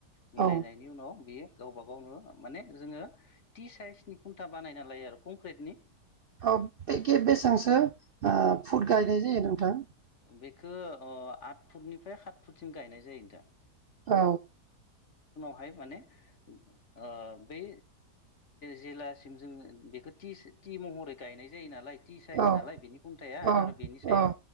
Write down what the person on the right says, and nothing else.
औ
औ बेखे बेसेबांसो फुड गायनाय जायो नोंथां।
औ।
औ
औ
औ